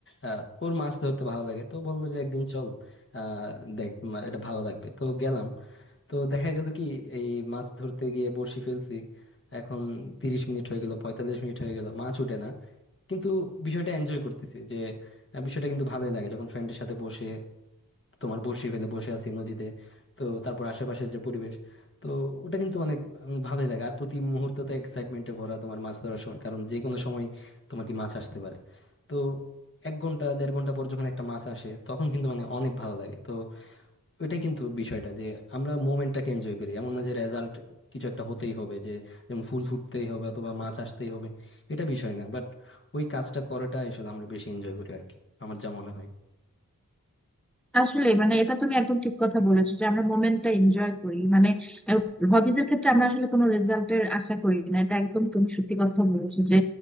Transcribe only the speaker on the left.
আহ, ওর মাছ ধরতে ভালো লাগে তো বললো যে একদিন চল আহ দেখ মা- এটা ভালো লাগবে তো গেলাম তো দেখা গেল কি এই মাছ ধরতে গিয়ে বড়শি ফেলছি এখন তিরিশ মিনিট হয়ে গেল পঁয়তাল্লিশ মিনিট হয়ে গেল মাছ উঠে না কিন্তু বিষয়টা এনজয় করতেছি যে আহ, বিষয়টা কিন্তু ভালোই লাগে যখন ফ্রেন্ডের সাথে বসে তোমার বসি ফেলে বসে আছি নদীতে তো তারপর আশেপাশের যে পরিবেশ তো ওটা কিন্তু অনেক উম, ভালোই লাগে আর প্রতি মুহূর্ত তো এক্সাইটমেন্টে ভরা তোমার মাছ ধরার সময় কারণ যে কোনো সময় তোমার কি মাছ আসতে পারে তো এক ঘন্টা দেড় ঘন্টা পর যখন একটা মাছ আসে তখন কিন্তু মানে অনেক ভালো লাগে তো ওইটাই কিন্তু বিষয়টা যে আমরা মোমেন্টটাকে এনজয় করি এমন না যে রেজাল্ট কিছু একটা হতেই হবে যে যেমন ফুল ফুটতেই হবে অথবা মাছ আসতেই হবে এটা বিষয় না বাট ওই কাজটা করাটা আসলে আমরা বেশি এনজয় করি আর কি আমার যা মনে হয়